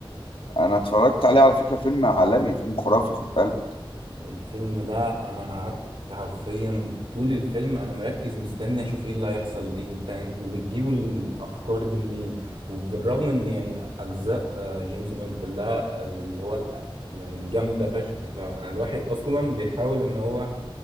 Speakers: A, on the left; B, on the right.
A: أنا اتفرجت عليه على فكرة فيلم عالمي فيلم خرافي خد بالك
B: الفيلم ده انا قعدت حرفيا طول الفيلم انا مركز مستني اشوف ايه اللي هيحصل ايه انت انتوا بتجيبوا الافكار دي منين وبالرغم ان يعني اجزاء آه، جيمس بوند كلها اللي هو ال- يعني جامده فشخ فالواحد اصلا بيحاول ان هو